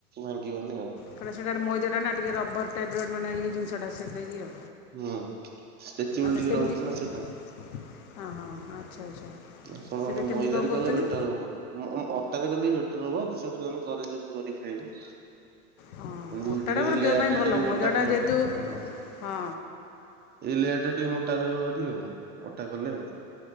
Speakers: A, on the right; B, on the left.
A: ଭାଙ୍ଗିବନି ଆଉ।
B: କାରଣ ସେଟା -ସେଟା ମଇଦା ନା ଟିକେ ରବର୍ ଟାଇପ୍ ର <unintelligible> ଇଏ ଜିନିଷଟା। ସେଥିଲାଗି ଆଉ
A: ହୁଁ ଷ୍ଟ୍ରେଚେବୁଲ
B: ଆଚ୍ଛା
A: ଟିକେ
B: କେମିତି
A: ରହୁଛି
B: ହଁ-
A: ନା ସେଇଟା
B: ହଁ- ଆଚ୍ଛା -ଆଚ୍ଛା।
A: ଆପଣ
B: ସେଇଟା
A: ମଇଦାରେ
B: କେମିତି କ'ଣ କରୁଛନ୍ତି
A: କଲେ ବେଟର୍ ହବ ମ- ଅଟାରେ କଲେ ବି ବେଟର୍ ହବ। କିଛି ଅସୁବିଧା ନାହିଁ ଘରେ ଯେମିତି କରି ଖାଇବ।
B: ହଁ
A: କିନ୍ତୁ
B: ଅଟାଟା
A: ଟିକେ
B: ମାନେ
A: ଲେୟରା
B: ଦେହ ପାଇଁ ଭଲ
A: ଟିକେ ମୋଟା-
B: ମଇଦାଟା
A: ମୋଟା
B: ଯେହେତୁ
A: ହଁ।
B: ହଁ
A: ଏଇ ଲେୟାର୍ ଟା ଟିକେ ମୋଟା ରହିବ <unintelligible> ଆଉ ଅଟା କଲେ ଆଉ।